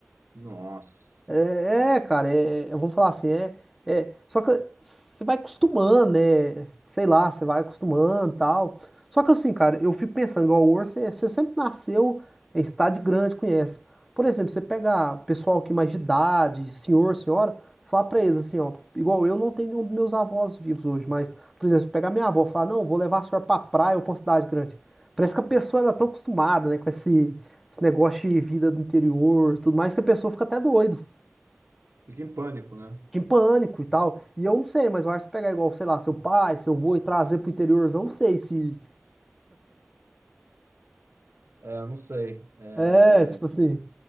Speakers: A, on the right; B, in the centre.
A: Nossa.
B: É,
A: Nossa.
B: é, cara, é- é, eu vou falar assim, é, é, só que você vai acostumando, né? Sei lá, você vai acostumando e tal. Só que assim, cara, eu fico pensando, igual o Orso, você, você sempre nasceu em cidade grande, conhece. Por exemplo, você pega pessoal que é mais de idade, senhor, senhora, fala pra eles assim, ó, igual eu não tenho nenhum dos meus avós vivos hoje, mas, por exemplo, se pegar minha avó e falar, não, vou levar a senhora pra praia ou pra uma cidade grande. Parece que a pessoa ela é tão acostumada, né, com esse, esse negócio de vida do interior, e tudo mais, que a pessoa fica até doido.
A: Fica em pânico, né?
B: Fica em pânico e tal. E eu não sei, mas eu acho que se pegar igual, sei lá, seu pai, seu avô e trazer pro interiorzão, não sei se.
A: É, não sei. É...
B: É, tipo assim, o